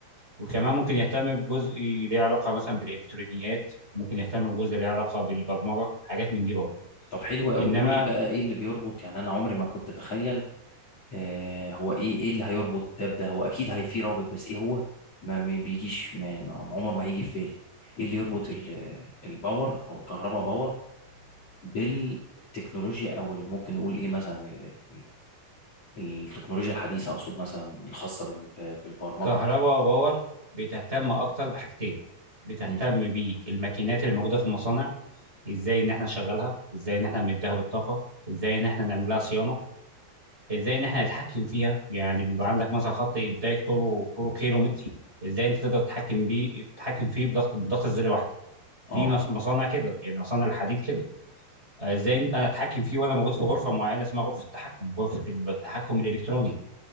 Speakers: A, on the right; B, on the left.
A: وكمان ممكن يهتم بجزء ليه علاقه مثلا بالالكترونيات ممكن يهتم بجزء ليه علاقه بالبرمجه حاجات من دي برضه
B: طب حلو قوي
A: انما
B: قول لي بقى ايه اللي بيربط يعني انا عمري ما كنت اتخيل آه هو ايه ايه اللي هيربط ده بده هو اكيد هي في رابط بس ايه هو ما ما بيجيش يعني ما- عمر ما هيجي في بالي ايه اللي يربط ال- الباور او الكهرباء باور بالتكنولوجيا او ال- ممكن نقول ايه مثلا ال ال ال التكنولوجيا الحديثه اقصد مثلا الخاصه بال- ب- بالبرمجه
A: كهرباء باور بتهتم اكتر بحاجتين بتهتم
B: مم.
A: بالماكينات اللي موجوده في المصانع ازاي ان احنا نشغلها ازاي ان احنا نديها بالطاقه ازاي ان احنا نعمل لها صيانه ازاي ان احنا نتحكم فيها يعني بيبقى عندك مثلا خط انتاج طوله طوله كيلو متر ازاي انت تقدر تتحكم بيه تتحكم فيه بضغط بضغط زر واحده في
B: اه
A: مص- مصانع كده يعني مصانع الحديد كده آه، ازاي انت- انا اتحكم فيه وانا موجود في غرفه معينه اسمها غرفه التحكم غرفه التحكم الالكتروني